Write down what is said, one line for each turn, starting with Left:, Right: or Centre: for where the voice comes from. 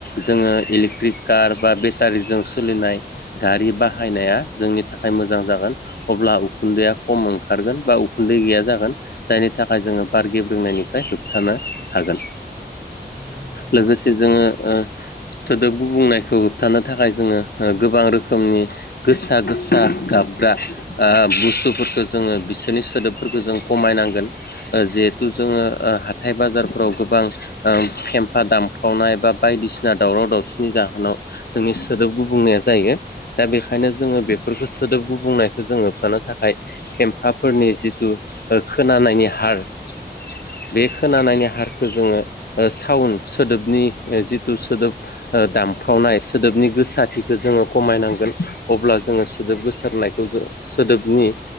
Left: जोङो इलेक्ट्रिक कार बा बेटारिजों सोलिनाय गारि बाहायनाया जोंनि थाखाय मोजां जाग गोन अब्ला उखुन्दैया खम ओंखारगोन बा उखुन्दै गैया जागोन। जायनि थाखाय जोङो बार गे ब्रेंनायनिफ्राय होबथानो हागोन।
Centre: नंगौ नंगौ
Left: लोगोसे जोङो ओ सोदोब गुबुंनायखौ होबथानो थाखाय जोङो ओ गोबां रोखोमनि गोसा गोसा गाब ग्रा ओ बुस्थुफोरखो जोङो बिसोरनि सोदोबफोरखो जों खमायनांगोन ओ जे थु जोङो हाथाइ बाजारफोराव गोबां फेम्फा दामखावनाय बा बायदिसिना दावराव दावसिनि जाहोनाव जोंनि सोदोब गुबुंनाया जायो। दा बेखायनो जोङो बेफोरखो सोदोब गु बुंनायखो जों होबथानो थाखाय फेम्फाफोरनि जिथु ओ खोनानायनि हार
Centre: <inaudible>
Left: बे खोनानायनि हारखो जोङो ओ साउन सोदोबनि ओ जिथु सोदोब दामफ्रावनाय सोदोबनि गोसाथिखो जोङो खमायनांगोन अब्ला जोङो सोदोब गोसारनायखौ जो सोदोबनि